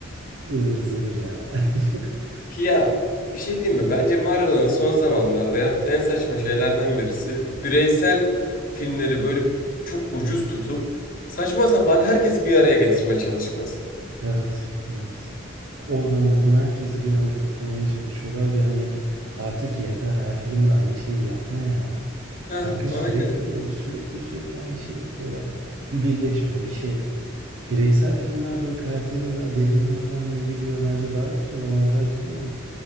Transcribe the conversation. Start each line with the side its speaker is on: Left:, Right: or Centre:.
Right: ıvır zıvır ya. <laughs>
Left: Ki Ya bir şey diyeyim mi? Bence Marvel'ın son zamanlarda yaptığı en saçma şeylerden birisi. Bireysel filmleri böyle çok ucuz tutup saçma sapan herkesi bir araya getirme çalışması.
Right: Evet, evet. Oradan buradan herkesi bir anda toplamaya çalışıyorlar ve hani artık yeter her filmde aynı şeyi yapma ya.
Left: Heh,
Right: Kanka sürekli
Left: aynen.
Right: böyle sürekli sürekli aynı şeyi yapıyorlar. Bir birleşme, bir şey. Bireysel filmler böyle karakterin daha derinine falan ne biliyor. Bence daha güzel, avantajlı yani.